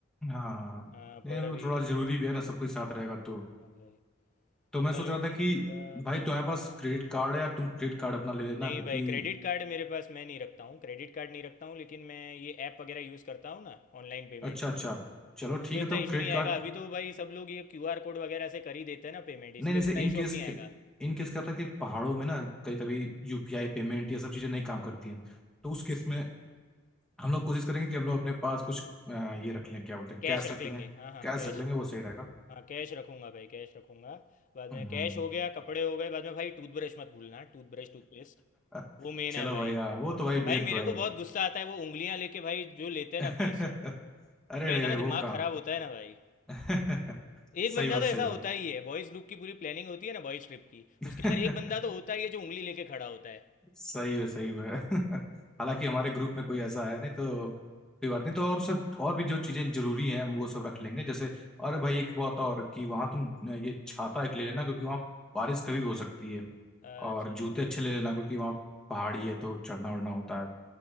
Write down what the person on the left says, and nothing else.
अ,
पर
अभी
हाँ
हाँ भाई
पर
ठंडी
का
नहीं
भाई क्रेडिट कार्ड मेरे पास मैं नहीं रखता हूँ क्रेडिट कार्ड नहीं रखता हूँ लेकिन मैं ये ऐप वगैरह यूज़ करता हूँ ना ऑनलाइन पेमेंट
की
तो उसमें
इतना
इशू
नहीं आएगा
अभी तो भाई सब लोग ये क्यूआर कोड वगैरह से कर ही देते हैं ना पेमेंट इसलिए
उतना
इशू
अब नहीं आएगा
कैश
रख
लेंगे
हाँ हाँ
कैश
हाँ कैश रखूंगा भाई कैश रखूंगा बाद में
कैश हो गया कपड़े हो गए बाद में भाई टूथब्रश मत भूलना टूथब्रश टूथपेस्ट
वो मेन
है भाई
भाई
मेरे
को
बहुत गुस्सा आता है वो उंगलियां लेके भाई जो लेते हैं
ना पेस्ट
मेरा
इतना
दिमाग
खराब होता है ना भाई
एक
बंदा
तो
ऐसा
होता ही है बॉयज ग्रुप की पूरी प्लानिंग होती है ना बॉयज ट्रिप की
उसके अंदर एक बंदा तो होता ही है जो उंगली लेके खड़ा होता है
हाँ।
अच्छा
अच्छा